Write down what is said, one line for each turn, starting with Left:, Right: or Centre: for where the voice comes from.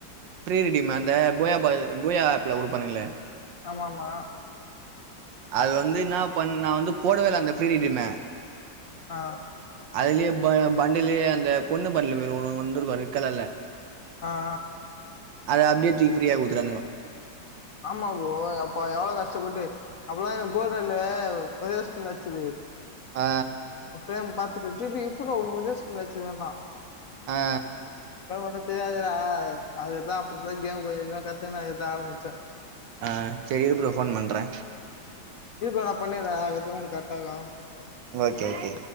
Right: ஃப்ரீ ரிடிமு அந்த போயா ப போயா ஆப்ல குடுப்பானுங்ளே
Left: ஆமாமா
Right: அது வந்து இன்னா பண் நா வந்து போடவே இல்ல அந்த ஃப்ரீ ரிடிம
Left: அ
Right: அதுலயே ப பண்டுல்லயே அந்த பொண்ணு பண்ட்ல வெறு ஒனு வந்துருக்கு ரெட் கலர்ல
Left: அ அ
Right: அத அப்டியே தூக்கி ஃப்ரீயா குடுத்துடானுங்கோ
Left: ஆமா ப்ரோ அப்ப எவ்ளோ கஷ்டப்பட்டு அப்பல்லா எனக்கு <unintelligible> வச்சுது
Right: அ
Left: ப்ளேம் பாத்துட்டு டே டேய் எப்புரா ஒன்னு ஒரே ஸ்கீரின்ல வச்சிர்ரனா
Right: ஆ
Left: இப்ப தெரியாதுடா அதுக்குதா அப்பப்ப கேம் கொஞ்ச கொஞ்சமா கத்துனு நேத்து ஆரம்பிச்சே
Right: அ சரி இரு ப்ரோ ஃபோன் பண்றே
Left: இரு ப்ரோ நா பண்ணிறே அதுதா உங்களுக்கு கரெட்டா இருக்கு
Right: ஓகே ஓகே